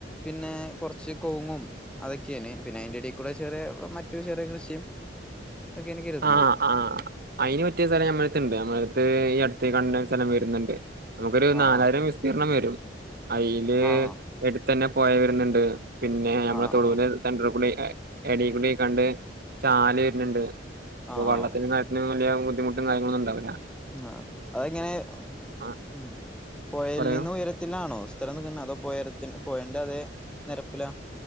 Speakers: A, in the centre; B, on the right.
A: പിന്നെ കൊറച്ച് കൊങ്ങും. അതൊക്കെയാണ് പിന്നെ അതിന്റെ ഇടയിൽ കൂടെ ചെറിയ മറ്റു ചെറിയ കൃഷിയും ഒക്കെയാണ് കരുതണത്
B: ആഹ ആഹ അയിന് പറ്റിയ സ്ഥലം നമ്മടെ അടുത്ത് ഉണ്ട്. ഈ അടുത്ത് കണ്ട സ്ഥലം വരുന്നുണ്ട് നമുക്കൊരു
A: ആഹ്
B: നാലായിരം വിസ്തീർണം വരും അതില്
A: ആഹ്
B: എടുത്തു തന്നെ പുഴ വരുന്നുണ്ട് പിന്നെ നമ്മുടെ
A: ആഹ്
B: തൊടുപുഴെ
A: ആഹ്
B: സെന്ററിൽ കൂടി എടി കൂടി കണ്ട് ചാല് വരുന്നുണ്ട്, അപ്പൊ
A: ആഹ്
B: വള്ളത്തത്തിനു
A: ആഹ്
B: വലിയ. ബുദ്ധിമുട്ടും കാര്യങ്ങളും ഉണ്ടാവൂല.
A: ആ അതെങ്ങനെ
B: ആ
A: ഉം പൊയയിൽ
B: പറയൂ
A: നിന്ന് ഉയരത്തിലാണോ സ്ഥലം നിക്കുന്നെഅതോ ഉയരത്തിനും പുഴെന്റെ അതെ നിരപ്പിലാ.